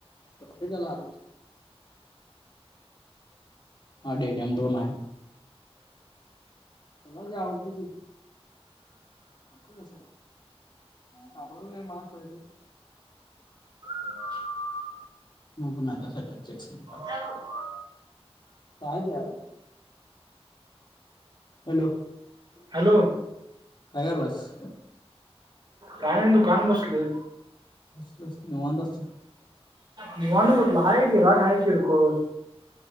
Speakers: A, on the left; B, on the right.
A: प्रत्येककाला. हा डेडोडम <unintelligible> आहे मला जे आवडत ते घे. कापड मस्त आहे, कापडाच काय मला कळतंय
B: ह <inaudible>
A: मु पण आता <unintelligible> बात
B: हा <inaudible>
A: काय दिया. Hello
B: hello!
A: काय करायलास?
B: काय नाही दुकानत बसलोय.
A: बस बस. निवांत हायस.
B: निवांत कुठलं, हाय गिराइक हाय किरकोळ.